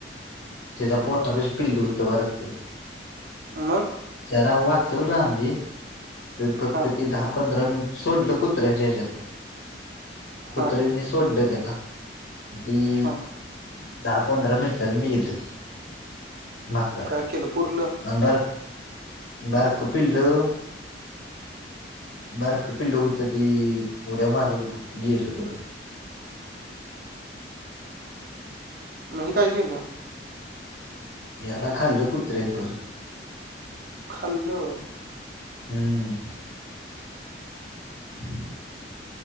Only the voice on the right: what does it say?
मग?
हा
हा
हा
काय केलं पुरलं
म हे काय केलं?
खल्ल होय?